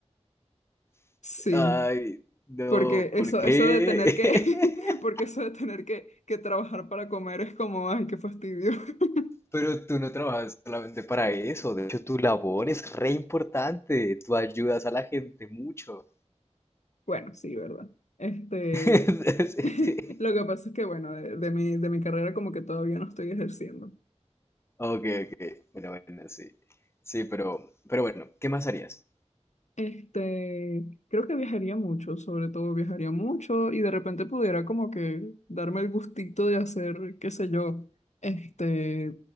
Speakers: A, on the left; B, on the left.
A: Sí,
B: Ay, no,
A: porque eso,
B: ¿por qué?
A: eso de tener que, <laughs>
B: <laughs>
A: porque eso de tener que, que trabajar para comer es como, ay, qué fastidio. <laughs>
B: Pero tú no trabajas solamente para eso. De hecho, tu labor es re importante. Tú ayudas a la gente mucho.
A: Bueno, sí, ¿verdad? Este,
B: <laughs> Sí,
A: <laughs>
B: sí.
A: lo que pasa es que bueno, de, de mi, de mi carrera como que todavía no estoy ejerciendo.
B: Ok, ok. Bueno, bueno, sí. Sí, pero, pero bueno, ¿qué más harías?
A: Este, creo que viajaría mucho, sobre todo viajaría mucho y de repente pudiera como que darme el gustito de hacer, qué sé yo, este,